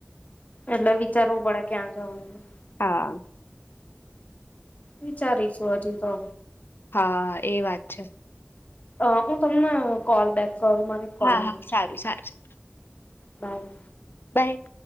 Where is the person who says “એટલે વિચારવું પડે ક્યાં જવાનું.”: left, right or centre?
Left